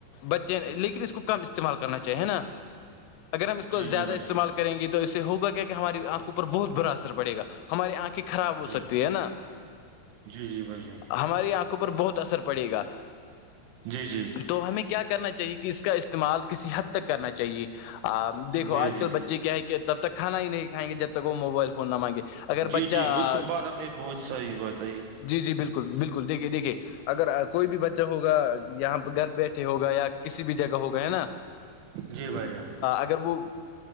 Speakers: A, on the left (about 85°); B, on the right (about 80°).
A: بچے لیکن اس کو کم استعمال کرنا چاہیے نا
B: <inaudible>
A: اگر ہم اس کو
B: جی
A: زیادہ
B: بھائی
A: استعمال
B: جان
A: کریں گ تو اس سے ہوگا کیا کہ ہماری آنکھوںوپر بہت برا اثر پڑےا ہماری آنکھیں خراب ہو
B: جی
A: سکتی ہے نا
B: جی جی بھائی جان
A: ہماری آنکھوں پر بہت اثر پڑے گا
B: جی جی
A: تو ہمیں کیا کرنا چاہیے کہ اس کا استعمال کسی حد تک کرنا چاہیے آپ دیکو
B: جی
A: آج
B: جی
A: کل بچے کیا ہے کہ تب تک کانا ہی نہیں کائیں گے جب تک وہ موبائل فون نہ مانگے اگر
B: جی
A: بچہ
B: جی بالکل بات آپ نے بہت سی بتائی
A: جی جی بالکل بالکل دیکھیے دیکھیے اگر کوئی بھی بچہ ہوگا یہاں پہ گھر بیٹھے ہوگا یا کسی بھی جگہ ہوگا ہے نا
B: جی بھائی جان
A: اگر وہ